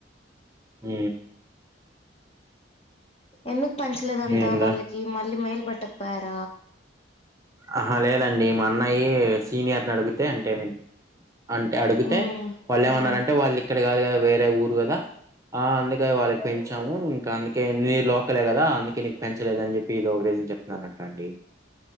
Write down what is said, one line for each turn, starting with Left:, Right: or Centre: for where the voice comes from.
Right: ఉ
Left: ఎందుకు పంచలేదంటా
Right: ఏందో
Left: వాళ్ళకి మళ్ళీ మెయిలు పెట్ట పర
Right: ఆహా లేదండి మా అన్నయ సీనియర్ని అడిగితే అంటే అంటే అడిగితే
Left: ఉమ్
Right: వాళ్ళు ఏమన్నారుంటే
Left: ఉమ్
Right: వాళ్ళు ఇక్కడ కాదు కదా వేరే ఊరు కదా ఆ అందుకద వాళ్ళకి పెంచి యావు ఇంకా అందుకే నీ లోకలే కదా అందుకే నీక్ పెంచలేదు అని చెప్పి ఇది ఒక రీసన్ చెప్తురంట అండి